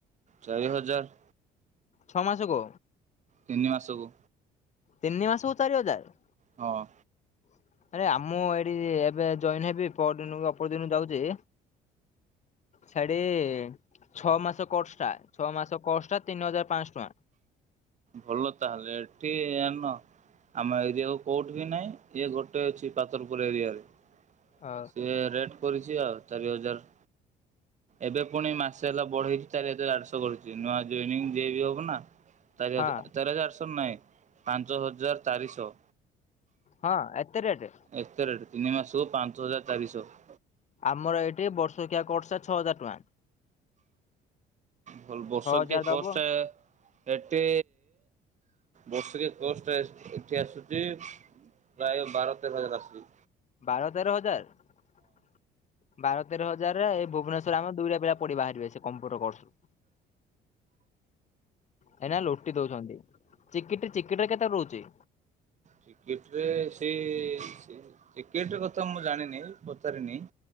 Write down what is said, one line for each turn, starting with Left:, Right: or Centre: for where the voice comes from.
Right: ଚାରି ହଜାର
Left: ଛଅ ମାସ କୁ
Right: ତିନି ମାସକୁ
Left: ତିନି ମାସକୁ ଚାରି ହଜାର।
Right: ହଁ
Left: ହ <inaudible> ଆରେ ଆମୋ ଏରି ଏବେ ଜଏନ୍ ହେବି ପ ଦିନ ଅପର ଦିନ ଯାଉଛି ଛାଡି ଛଅ ମାସ କୋର୍ସଟା ଛଅ ମାସ କୋର୍ସ ଟା ତିନି ହଜାର ପାଶହ ଟଙ୍କା।
Right: ଭଲ ତାହେଲେ ଏଠି ଆନ। ଆମ ଏରିଆକୁ କୋଉଠି ବି ନାହିଁ ଇଏ ଗୋଟେ ଅଛି ପାତରପୁର ଏରିଆରେ।
Left: ଅ,
Right: ସିଏ ରେଟ କରିଛି ଆଉ ଚାରି ହଜାର ଏବେ ପୁଣି ମାସ ହେଲା ବଢ଼େଇଛି ଚାରି ହଜାର ଆଠଶହ କରୁଛି ନୂଆ ଜନିଂ ଯିଏ ବି ହବ ନା ଚାରିହଜାର
Left: ହଁ
Right: ଚାରିହଜାର ଆଠଶ ନାହିଁ ପାଞ୍ଚ ହଜାର ଚାରିଶହ।
Left: ହଁ ଏତେ ରେଟ?
Right: ଏତେ ରେଟ ତିନି ମାସକୁ ପାଞ୍ଚ ହଜାର ଚାରିଶହ।
Left: ଆମର ଏଇଠି ବର୍ଷକିଆ କୋରସ ଛଅ ହଜାର ଟଙ୍କା।
Right: ଭଲ ବର୍ଷ
Left: ଛଅହଜାର
Right: କିଆ କୋର୍ସ
Left: ଦବ
Right: ଟା ଏଠି ବର୍ଷକିଆ କୋର୍ସ ଟା ଏଠି ଆସୁଛି ପ୍ରାୟ ବାର ତର ହଜାର ଆଶୁଚି।
Left: ବାର ତେର ହଜାର। ବାର ତେର ହଜାରରେ ଏଇ ଭୁବନେଶ୍ଵର ଆମେ ଦୁଇଟା ପିଲା ପଢି ବାହାରିବେ ସେ କମ୍ପୁଟର କୋସର। କାଇକିନା ଲୋଟି ଦଉଛନ୍ତି ଚିକିଟି ଚିକିଟ ରେ କେତେ ରହୁଛି?
Right: ଚିକିଟି ରେ ସେ ସେ ଚିକିଟ କଥା ମୁଁ ଜାଣିନି ପଚାରିନି